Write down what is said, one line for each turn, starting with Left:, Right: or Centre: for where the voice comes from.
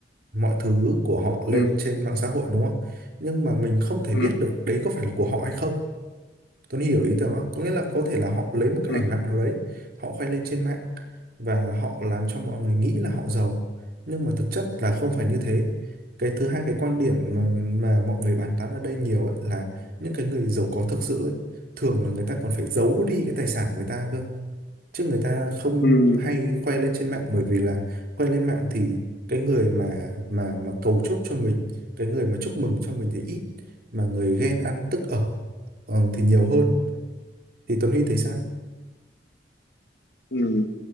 Right: mọi thứ của họ lên
Left: Ừ,
Right: trên mạng xã hội đúng không nhưng mà mình không thể
Left: ừ,
Right: biết được đấy có phải là của họ hay không Tuấn hiểu ý tưởng không có nghĩa là có thể là họ lấy một cái
Left: ừ,
Right: ảnh mạng nào đấy họ khoe lên trên mạng và họ làm cho mọi người nghĩ là họ giàu nhưng mà thực chất là không phải như thế cái thứ hai cái quan điểm mà, mà mọi người bàn tán ở đây nhiều ấy, là những cái người giàu có thực sự ấy, thường là người ta còn phải giấu đi cái tài sản của người ta cơ chứ người ta không
Left: ừ,
Right: hay khoe lên trên mạng bởi vì là khoe lên mạng thì cái người mà mà mà cầu chúc cho mình cái người mà chúc mừng cho mình thì ít mà người ghen ăn tức ở ờ, thì nhiều hơn thì Tuấn Huy thấy sao
Left: ừ. ừ.